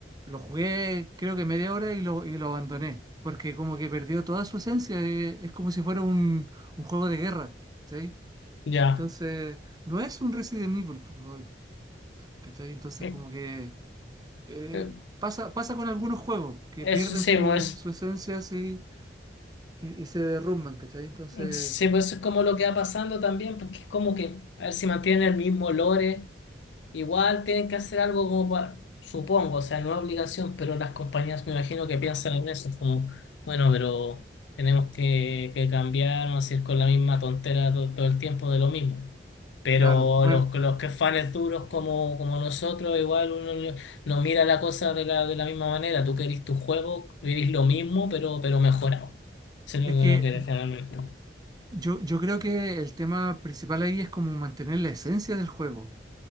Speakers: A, on the right; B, on the left.
A: lo jugué creo que media hora y lo, y lo abandoné, porque como que perdió toda su esencia, eh, es como si fuera un, un juego de guerra, ¿cachai?
B: ya.
A: Entonces, no es un Resident Evil, po, ¿cachai? Entonces
B: Eh,
A: como que eh,
B: eh,
A: pasa, pasa con algunos juegos que
B: Eso
A: pierden
B: sí,
A: su,
B: no es.
A: su esencia así y, y se derrumban, ¿cachai? Entonces,
B: Sí, pues eso es como lo que va pasando también, porque es como que, a ver si mantienen el mismo lore, igual tienen que hacer algo como para, supongo, o sea, no es obligación, pero las compañías me imagino que piensan en eso, es como, bueno, pero tenemos que, que cambiar, no decir con la misma tontera to- todo, el tiempo de lo mismo. Pero
A: claro, bueno,
B: los, los que fans duros como, como nosotros, igual uno no no mira la cosa de la, de la misma manera, tú querís tu juego, querís lo mismo, pero, pero mejorado. Eso es lo
A: es
B: que
A: que
B: uno quiere generalmente.
A: yo, yo creo que el tema principal ahí es como mantener la esencia del juego